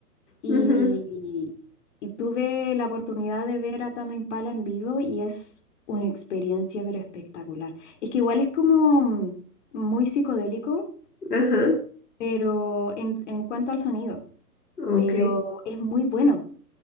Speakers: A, on the left; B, on the left.
A: y,
B: ujú,
A: y tuve la oportunidad de ver a Tame Impala en vivo y es una experiencia pero espectacular. Es que igual es como muy psicodélico,
B: ajá,
A: pero en en cuanto al sonido. pero
B: ok.
A: es muy bueno.